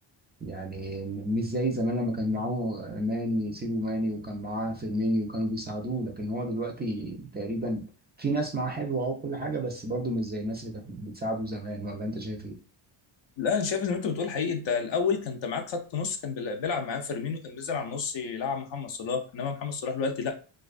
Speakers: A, on the right (about 20°); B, on the left (about 60°).
A: يعني مش زي زمان لما كان معاه ماني سيدو ماني وكان معاه فيرمينيو وكانوا بيساعدوه لكن هو دلوقتي تقريبا في ناس معاه حلوه وكل حاجه بس برضو مش زي الناس اللي كانت بتساعده زمان ولا انت شايف ايه؟
B: لا انا شايف زي ما انت بتقول حقيقي انت الاول كان انت معاك خط نص كان بيلع- بيلعب معاه فيرمينو كان بينزل على النص يلعب محمد صلاح انما محمد صلاح دلوقتي لا